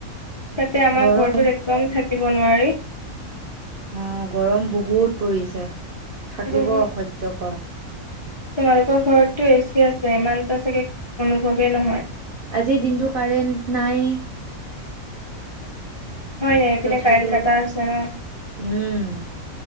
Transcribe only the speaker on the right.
গৰম
অ গৰম বহুত পৰিছে থাকিব
অসহ্যকৰ
আজিৰ দিনটো কাৰেণ্ট নাই
তথাপিও
উম